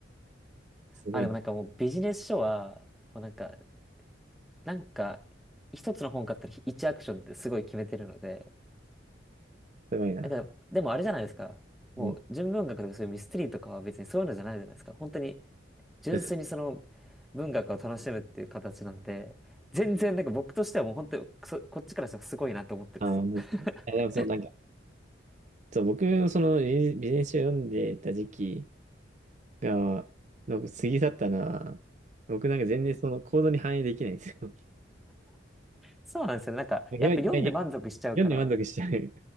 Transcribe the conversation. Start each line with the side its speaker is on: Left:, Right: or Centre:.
Right: すごいな。
Centre: あ、でもなんかもうビジネス書は、もうなんか、なんか、一つの本買ったら一アクションってすごい決めてるので、
Right: すごいな。
Centre: なんか、でもあれじゃないですか。もう純文学とかそういうミステリーとかは別にそういうのじゃないじゃないですか。
Right: うん。
Centre: 本当に純粋にその
Right: <laughs>
Centre: 文学を楽しむっていう形なんで、全然なんか僕としてはもう本当にそこっちからしたらすごいなと思ってるんですよ。
Right: ああ、本う。ですか。え、でもそう、
Centre: <laughs>
Right: なんか、そう、僕、そのビジビジネス書を読んでた時期が、の過ぎ去ったのは、僕なんか全然その行動に反映できないんですよ。
Centre: そうなんですよ。なんか、
Right: <laughs> 読ん読んで満足しちゃう。
Centre: やっぱ読んで満足しちゃうから、
Right: <laughs>